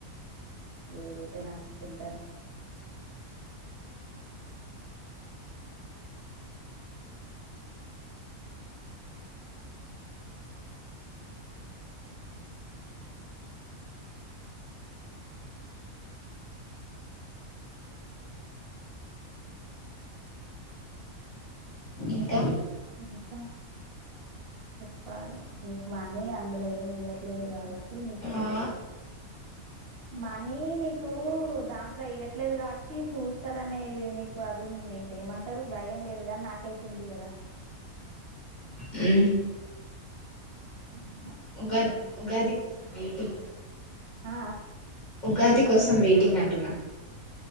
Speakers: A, on the right (about 55°); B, on the left (about 35°).
A: ఈ రజయితే నాకు చింటదు
B: ఇంకా
A: ఇంకా చెప్పాలి నీకు మనీ అందులో ఏమి ఇవ్వట్లేదు కాబట్టి నీకు సేఫ్
B: ఆ
A: మనీ నీకు దాంట్లో ఇయ్యట్లేదు కాబట్కి చూస్తారనే నీకు అది నీకు ఏమంటారు భయం లేదు కాని నాకైతు ఉంది కదా
B: ఆ
A: ఆ
B: ఉగాది ఉగాది కోసం బయట్లు
A: ఆ
B: ఉగాది కోసం వెయిటింగ్ అంటున్నారు